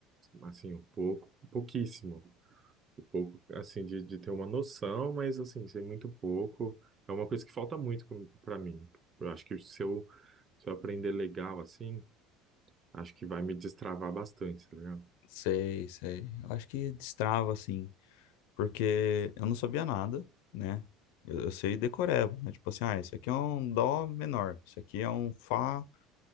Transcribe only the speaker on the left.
Sei, sei. Eu acho que destrava, assim, porque eu não sabia nada, né? Eu, eu sei decoreba, né? Tipo assim, ah, isso aqui é um dó menor, isso aqui é um fá